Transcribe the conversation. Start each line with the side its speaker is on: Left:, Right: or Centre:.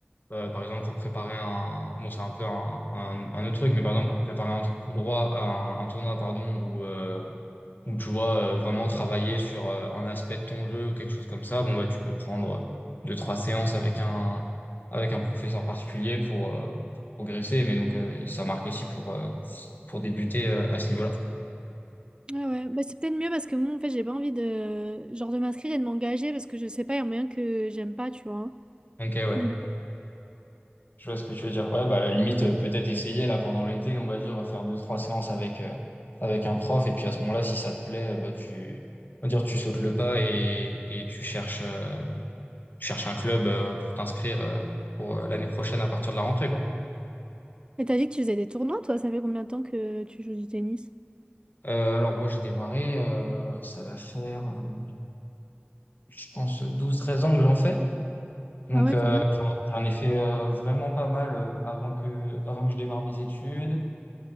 Left: Euh, par exemple, pour préparer un, bon, c'est un peu un, un, un autre truc, mais par exemple, pour préparer un, trou- droit, un, un tournoi, pardon, où, euh, où tu vois euh, vraiment travailler sur euh, un aspect de ton jeu ou quelque chose comme ça, bon, bah, tu peux prendre deux, trois séances avec un, avec un professeur particulier pour, euh, pour progresser, mais donc, euh, ça marque aussi pour, euh, pour débuter euh, à ce niveau-là.
Right: Ouais, ouais. Bah, c'est peut-être mieux parce que moi, en fait, j'ai pas envie de, genre, de m'inscrire et de m'engager parce que je sais pas, il y a moyen que j'aime pas, tu vois.
Left: Ok, ouais.
Right: Donc...
Left: Je vois ce que tu veux dire. Ouais, bah, à la limite, euh, peut-être essayer là pendant l'été, on va dire, faire deux, trois séances avec, euh, avec un prof. Et puis à ce moment-là, si ça te plaît, euh, bah, tu, on va dire, tu sautes le pas et, et tu cherches, euh, tu cherches un club euh, pour t'inscrire euh, pour euh, l'année prochaine à partir de la rentrée, quoi.
Right: Et t'as dit que tu faisais des tournois, toi? Ça fait combien de temps que tu joues du tennis?
Left: Euh, alors, moi, j'ai démarré, euh, ça va faire, euh, je pense, 12 13 ans que j'en fais. Donc,
Right: Ah ouais,
Left: euh,
Right: quand même.
Left: j'en j'en ai fait euh, vraiment pas mal euh, avant que, avant que je démarre mes études.